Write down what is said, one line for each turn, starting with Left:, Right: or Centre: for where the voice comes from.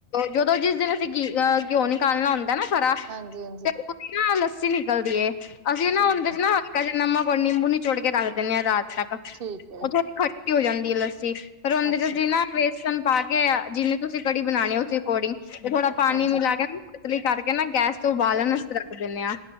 Left: ਜਦੋਂ ਜਿਸ ਦਿਨ ਅਸੀ ਘੀ ਅ ਘਿਓ ਨਿਕਾਲਨਾ ਹੁੰਦੈ ਨਾ ਥਰਾ
Right: ਹਾਂਜੀ ਹਾਂਜੀ
Left: ਤੇ ਉਤੇ ਨਾ ਲੱਸੀ ਨਿਕਲਦੀ ਏ, ਅਸੀਂ ਨਾ
Right: ਠੀਕ
Left: ਉਂਦੇ
Right: ਹੈ
Left: ਚ ਨਾ ਹਲਕਾ ਜਾ ਨਮਕ ਹੁਨ ਨਿੰਬੂ ਨੀਚੋੜ ਕੇ ਰੱਖ ਦੇਨੇ ਆਂ ਰਾਤ ਤੱਕ
Right: ਠੀਕ
Left: ਉਹ
Right: ਐ।
Left: ਥੋੜੀ ਖੱਟੀ ਹੋ ਜਾਂਦੀ ਏ ਲੱਸੀ ਪਰ ਓਂਦੇ
Right: ਅੱਛਾ
Left: ਚ ਅਸੀ
Right: ਜੀ
Left: ਨਾ ਲਸਨ ਪਾ ਕੇ ਜਿੰਨੀ ਤੂਸੀ ਕੜੀ ਬਨਾਣੀ ਏ ਉਸੀ ਐਕੋਰਡਿੰਗ ਤੇ ਥੋੜਾ ਪਾਨੀ
Right: ਹਾਂਜੀ
Left: ਮਿਲਾ ਕੇ ਪਤਲੀ ਕਾਰਕੇ ਨਾ ਗੈਸ ਤੋਂ ਉਬਾਲਨ ਅਸਤੇ ਰੱਖ ਦੇਨੇ ਆਂ